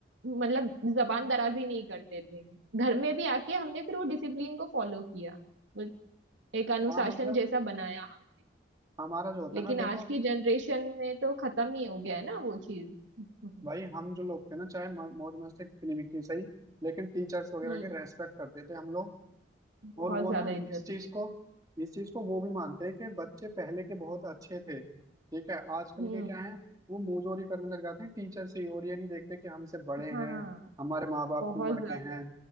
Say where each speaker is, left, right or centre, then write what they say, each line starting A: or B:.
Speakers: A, on the right (about 85°); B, on the right (about 20°).
A: मतलब जबान दराजी नहीं करते थे घर में भी आके हमने फिर वो डिसिप्लिन को फॉलो किया बस एक अनुशासन
B: हाँ मतलब
A: जैसा बनाया हमने
B: हमारा जो होता
A: लेकिन
B: ना
A: आज
B: देखो
A: की जनरेशन में तो खत्म ही हो गया है ना वो चीज <laughs>
B: भाई हम जो लोग थे ना चाहे म- मौज मस्ती कितनी भी की सही लेकिन टीचर्स वगैरह
A: हम्म
B: के रेस्पेक्ट करते थे हम लोग
A: बहुत
B: और वो
A: ज्यादा
B: ना
A: इज्जत
B: इस चीज
A: देते
B: को इस चीज को वो भी मानते हैं कि बच्चे पहले के बहुत अच्छे थे ठीक है आजकल
A: हैं। हम्म
B: के क्या है वो मुंहजोरी करने लग जाते हैं टीचर से ही, और ये नहीं देखते कि हमसे बड़े
A: हाँ
B: हैं हमारे माँ बाप
A: बहुत
B: की उम्र
A: ज्यादा
B: के हैं